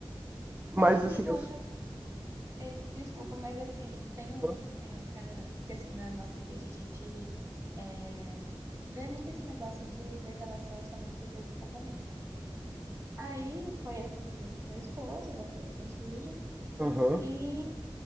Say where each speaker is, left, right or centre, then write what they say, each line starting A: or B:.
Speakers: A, on the right; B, on the right.
A: Mas
B: É incrível,
A: assim, eu.
B: eu acho, É, Desculpa, mas assim, tem
A: Aham,
B: um, tem um cara que assim, na nossa igreja a gente é, vê muito esse negócio de ter relação somente depois do casamento, né? Aí foi assim comigo e com meu esposo, nós fomos virgem,
A: aham,
B: e